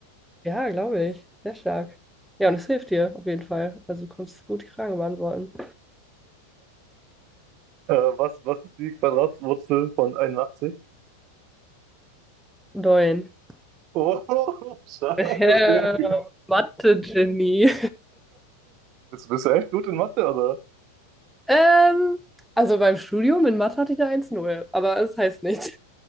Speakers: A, in the centre; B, on the right (about 40°).
A: Ja, glaube ich. Sehr stark. Ja, und es hilft dir auf jeden Fall. Also du konntest gut die Frage beantworten.
B: Äh, was, was ist die Quadratwurzel von 81?
A: Neun. <laughs>
B: Oh, <laughs> stark,
A: Äh,
B: okay.
A: Mathe-Genie.
B: Bist, bist du echt gut in Mathe, oder?
A: Ähm, also beim Studium in Mathe hatte ich eine eins null. aber es heißt nichts.